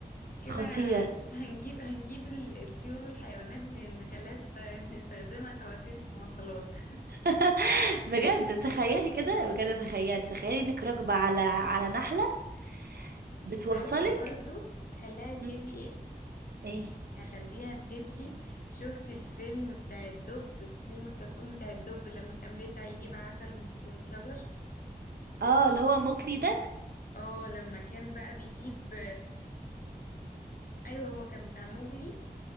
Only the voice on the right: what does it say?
خطير
<laughs> بجد تخيلي كده بجد تخيلي تخيلي انك راكبة على على نحلة
بتوصلك
مم.
ايه
اه اللي هو موكلي ده